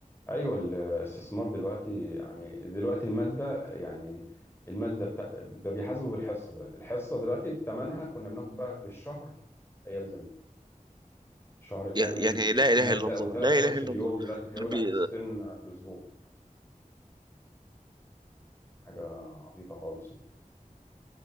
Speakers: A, on the left (about 15°); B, on the right (about 30°).
A: ايوه الاستثمار دلوقتي يعني دلوقتي الماده يعني الماده بتاع ده بيحاسبه بالحصه دلوقتي الحصه دلوقتي بثمنها كنا بناخد بقى بالشهر ايام زمان شهر كامل
B: يعني لا
A: وكنا
B: اله الا الله
A: وثلاث
B: لا
A: حصص
B: اله
A: في
B: الا
A: اليوم
B: الله
A: دلوقتي في يقول
B: يعني بي...
A: لك حصتين في الاسبوع حاجه عبيطه خالص يعني